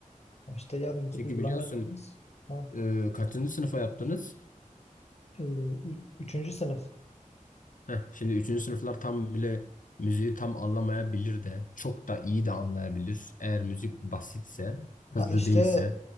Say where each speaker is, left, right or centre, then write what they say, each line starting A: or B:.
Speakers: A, on the left; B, on the left.
A: Ya İşte yarın gidip
B: Çünkü
A: uygulama
B: biliyorsun
A: yapacağız. Ha,
B: e, kaçıncı sınıfa yaptınız?
A: e, ü- üçüncü sınıf.
B: Heh, şimdi üçüncü sınıflar tam bile müziği tam anlamayabilir de çok da iyi de anlayabilir. Eğer müzik basitse, hızlı
A: Ha, işte
B: değilse.